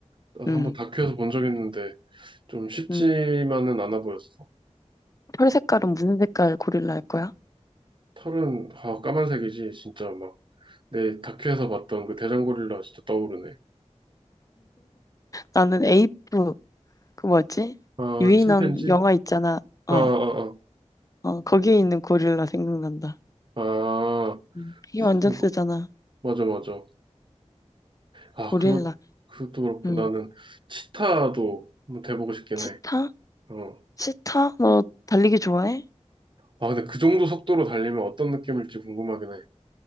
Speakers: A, on the right; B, on the left.
A: 나도
B: 응,
A: 한번 다큐에서 본 적 있는데 좀 쉽지만은
B: 응.
A: 않아 보였어.
B: 털 색깔은 무슨 색깔 고릴라일 거야?
A: 털은, 아, 까만색이지. 진짜 막. 네, 다큐에서 봤던 그 대장고릴라 진짜 떠오르네.
B: 나는 에이프, 그 뭐지?
A: 아,
B: 유인원
A: 침팬지?
B: 영화 있잖아. 어,
A: 아, 아,
B: 어, 거기에 있는 고릴라 생각난다.
A: 아,
B: 음, 힘
A: 아,
B: 완전
A: 그리고-
B: 세잖아.
A: 맞아, 맞아. 아,
B: 고릴라.
A: 그것, 그것도 그렇고
B: 응.
A: 나는 치타도 한번 돼보고 싶긴
B: 치타?
A: 해. 어.
B: 치타? 너 달리기 좋아해?
A: 아, 근데 그 정도 속도로 달리면 어떤 느낌일지 궁금하긴 해.